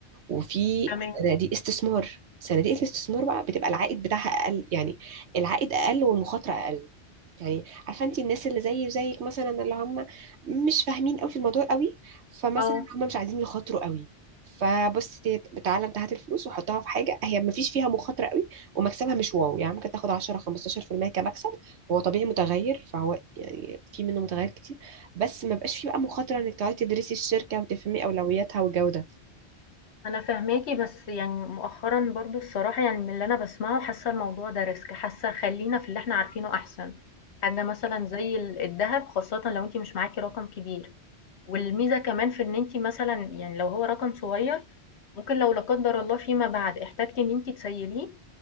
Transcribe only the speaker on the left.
تمام.
آه،
أنا فاهماكِ، بس يعني مؤخرًا برضه الصراحة يعني من اللي أنا باسمعه حاسة الموضوع ده risk، حاسة خلّينا في اللي إحنا عارفينه أحسن، حاجة مثلًا زي ال الدهب خاصةً لو أنتِ مش معاكِ رقم كبير. والميزة كمان في إن أنتِ مثلًا يعني لو هو رقم صغير، ممكن لو لا قدّر الله فيما بعد احتجتِ إن أنتِ تسيّليه،